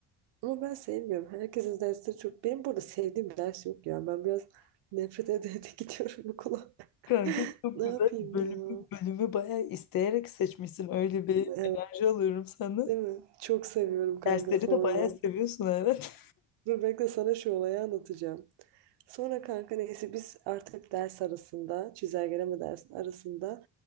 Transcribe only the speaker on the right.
ama ben sevmiyorum. Herkesin dersleri çok. Benim burada sevdiğim bir ders yok ya. Ben biraz nefret ede ede <laughs> gidiyorum okula.
Ne
yapayım
ya?
Evet,
değil mi? Çok seviyorum kanka
sorma.
Dur bekle sana şu olayı anlatacağım. Sonra kanka neyse biz artık ders arasında, çizelgeleme dersi arasında